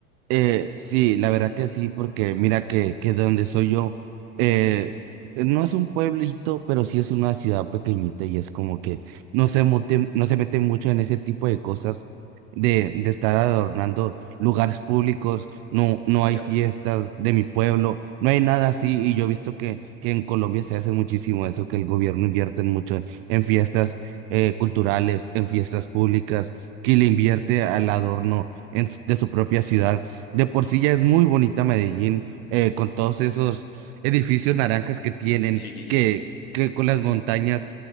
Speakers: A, on the right (about 45°); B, on the left (about 85°).
A: Eh, sí, la verdad que sí, porque mira que, que de donde soy yo, eh, no es un pueblito, pero sí es una ciudad pequeñita y es como que no se mete, no se mete mucho en ese tipo de cosas de, de estar adornando lugares públicos, no, no hay
B: Ya.
A: fiestas de mi pueblo, no hay nada así y yo he visto que, que en Colombia se hace muchísimo eso, que el gobierno invierte mucho en, en fiestas eh, culturales, en fiestas públicas, que le invierte al adorno en s- de su propia ciudad. De por sí ya es muy bonita Medellín, eh, con todos esos edificios naranjas que tienen,
B: <laughs> Sí.
A: que, que con las montañas